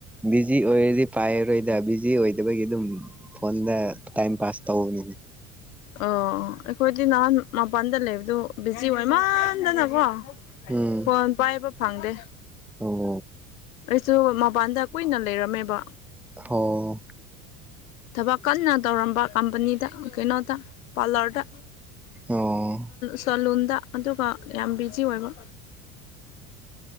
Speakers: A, in the centre; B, on the left.
A: ꯕꯤꯖꯤ ꯑꯣꯏꯔꯗꯤ ꯄꯥꯏꯔꯔꯣꯏꯗ ꯕꯤꯖꯤ ꯑꯣꯏꯗꯕꯒꯤ ꯑꯗꯨꯝ ꯐꯣꯟꯗ ꯇꯥꯏꯝ ꯄꯥꯁ ꯇꯧꯕꯅꯤꯅꯦ
B: ꯑꯣ ꯑꯩꯈꯣꯏꯗꯤ ꯅꯍꯥꯟ ꯃꯄꯥꯟꯗ ꯂꯩꯕꯗꯣ ꯕꯤꯖꯤ ꯑꯣꯏ ꯃꯟꯗꯅꯀꯣ
A: ꯎꯝ
B: ꯐꯣꯟ ꯄꯥꯏꯕ ꯐꯪꯗꯦ
A: ꯑꯣ
B: ꯑꯩꯁꯨ ꯃꯄꯥꯟꯗ ꯀꯨꯏꯅ ꯂꯩꯔꯝꯃꯦꯕ
A: ꯑꯣ
B: ꯊꯕꯛ ꯀꯟꯅ ꯇꯧꯔꯝꯕ ꯀꯝꯄꯅꯤꯗ ꯀꯩꯅꯣꯗ ꯄꯥꯔꯂꯔꯗ
A: ꯑꯣ
B: ꯁꯂꯨꯟꯗ ꯑꯗꯨꯒ ꯌꯥꯝ ꯕꯤꯖꯤ ꯑꯣꯏꯕ